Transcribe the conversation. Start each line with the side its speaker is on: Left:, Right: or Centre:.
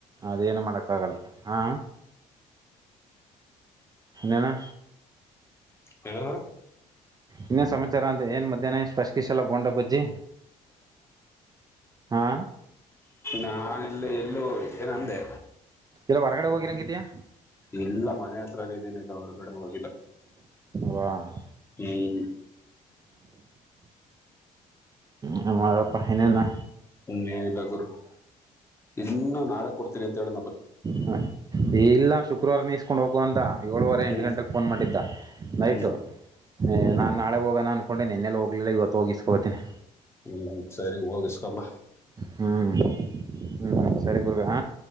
Right: ಅದೇನು ಮಾಡಕ್ಕಾಗಲ್ಲ ಹಾ ಎಾನ
Left: ಹೇಳ
Right: ಇನ್ನೇ ಸಮಾಚಾರ ಅಂದ್ರೆ ಏನ್ ಮಧ್ಯಾಹ್ನ ಸ್ಪರ್ಶಿಸಲ್ಲ ಬೋಂಡಾ ಬಜ್ಜಿ ಹಾ
Left: ನಾನೆಲ್ಲ ಎಲ್ಲೂ ಹೋಗಷ ನಂದೆ
Right: ಇಲ್ಲ ಹೊರಗಡೆ ಹೋಗಿರಂಗಿದ್ಯಾಾ
Left: ಇಲ್ಲ ಮನೆ ಹತ್ರನ ಇದೀನಿಲ್ಲ ಹೊರಗಡೆ ಹೋಗ
Right: ವಾಹ್
Left: ಹ್ಮ್
Right: ನ ಅಾರ ಪಹಿಿನ ನಾ
Left: ಹ್ಮ ಏನಿಲ್ಲ ಗುರು ಇನ್ನು ನಾಳೆ ಕೊಡ್ತೀನಿ ಅಂತ ಹೇಳ
Right: ಹ ಇಲ್ಲ ಶುಕ್ರವಾರನ ಕಕೊಂಡು ಹೋಗುವ ಅಂತ ಏಳುವರೆ ಎಂಟು
Left: ಹ್ಮ್
Right: ಗಂಟೆಗೆ ಫೋನ್ ಮಾಡಿದ್ದ ನೈಟು
Left: ಹ್ಮ್ ಹ್ಮ್
Right: ನಾನ ನಾಳೆ ಹೋಗೋಣ ಅನ್ಕೊಂಡೆ ನಿನ್ನೆ ಹೋಗಿಲಿಲ್ಲ ಇವತ್ತು ಹೋಗಿ ಇಸ್ಕಾಂಟೀನಿ
Left: ಹ್ಮ್ ಸರಿ ಹೋಗಿಸ್ಕೊಂಬ
Right: ಹ್ಮ್ ಹ್ಮ್ ಸರಿ ಗುಗ ಹ